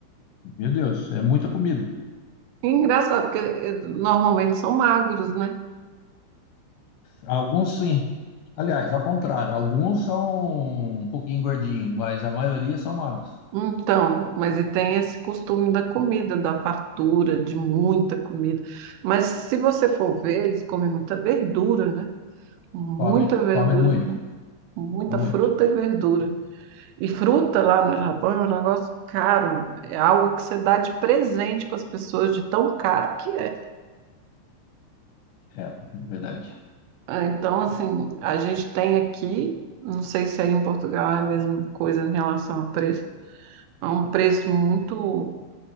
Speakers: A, on the left; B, on the right.
A: meu Deus, é muita comida.
B: E engraçado, porque eh, normalmente são magros, né?
A: Alguns sim. Aliás, ao contrário, alguns são um pouquinho gordinhos, mas a maioria são magros.
B: Então, mas e tem esse costume da comida, da fartura, de muita comida. Mas se você for ver, eles comem muita verdura, né? Muita
A: Comem,
B: verdura,
A: comem muito,
B: muita
A: muito.
B: fruta e verdura. E fruta lá no Japão é um negócio caro, é algo que você dá de presente para as pessoas, de tão caro que é.
A: É, verdade.
B: Ah, Então, assim, a gente tem aqui, não sei se aí em Portugal é a mesma coisa em relação a preço, é um preço muito